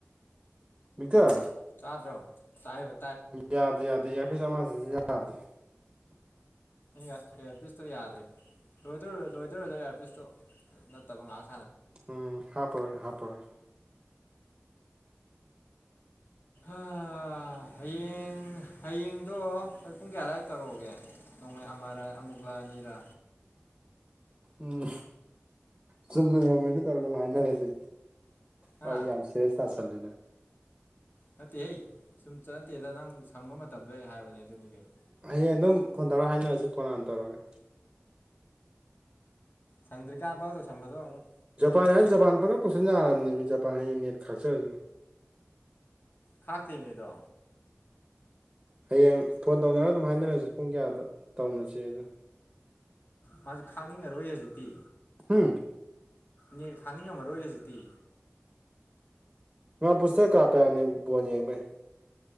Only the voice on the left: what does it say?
ꯇꯗ꯭ꯔꯣ ꯇꯥꯏꯍꯏꯕ
ꯏꯌꯥꯔꯄꯤꯤꯁꯇꯣ ꯌꯥꯗ꯭ꯔꯦ ꯂꯣꯏꯗꯧꯔꯦ ꯂꯣꯏꯗꯣꯔꯦꯗ ꯏꯌꯥꯔ ꯄꯤꯁꯇꯣ ꯅꯠꯇꯕ ꯉꯥꯛ
ꯑ ꯍꯌꯦꯡ ꯍꯌꯦꯡꯗꯣ ꯑꯩ ꯄꯨꯡ ꯀꯌꯥ ꯑꯗꯨꯋꯥꯏꯗ ꯇꯧꯔꯛꯎꯒꯦ ꯅꯣꯡꯃꯩ ꯑꯃꯔꯥ ꯑꯃꯨꯛꯂ ꯑꯅꯤꯔꯥ
ꯍꯥ
ꯅꯠꯇꯦ ꯍꯩ ꯁꯨꯝ ꯆꯠꯇꯦꯗ ꯅꯪ ꯁꯪꯕ ꯃꯇꯝꯗꯣ ꯑꯩ ꯍꯥꯏꯕꯅꯦ ꯑꯗꯨꯅꯤ ꯀꯩꯅꯣ
ꯁꯪꯗ꯭ꯔꯤꯀꯥꯟ ꯄꯪꯇꯧꯗ ꯇꯧꯁꯤꯟꯕꯗꯣ ꯑꯃꯨꯛ
ꯈꯥꯛꯇꯦꯃꯤ ꯑꯗꯣ
ꯃꯥꯁꯨ ꯈꯥꯡꯅꯤꯡꯉꯔꯣꯏ ꯍꯧꯖꯤꯛꯇꯤ
ꯅꯦꯠ ꯈꯥꯛꯅꯤꯡꯉꯝꯃꯔꯣꯏ ꯍꯧꯖꯤꯛꯇꯤ